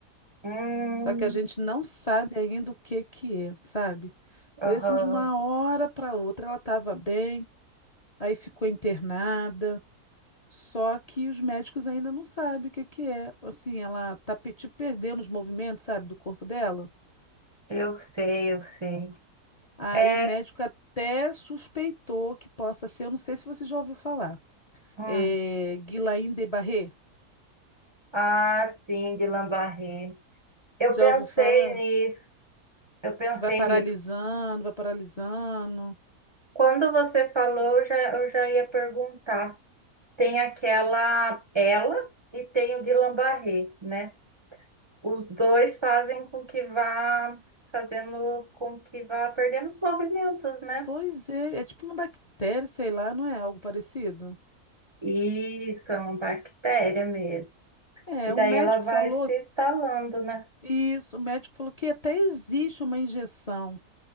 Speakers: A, on the right (about 40°); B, on the left (about 40°).
A: Hum,
B: Só que a gente não sabe ainda o que que é, sabe? Foi
A: aham,
B: assim de uma hora para outra. Ela tava bem, aí ficou internada. Só que os médicos ainda não sabem o que que é. Assim, ela tá pe- tipo, perdendo os movimentos, sabe, do corpo dela.
A: eu sei, eu sei.
B: Aí
A: É,
B: o médico até suspeitou que possa ser. Eu não sei se você já ouviu falar.
A: hum,
B: é, Guillain de Barré.
A: ah, sim, de lambarré. Eu
B: Já
A: pensei
B: ouviu falar?
A: nisso, eu pensei
B: Que vai paralisando,
A: nisso.
B: vai paralisando.
A: Quando você falou, eu já, eu já ia perguntar. Tem aquela ela e tem o de lambarré, né? Os dois fazem com que vá fazendo com que vá perdendo os movimentos, né?
B: Pois é, é tipo uma bactéria, sei lá, não é algo parecido?
A: Isso, é uma bactéria mesmo.
B: É,
A: E daí
B: o médico
A: ela vai
B: falou
A: se instalando, né?
B: isso, o médico falou que até existe uma injeção,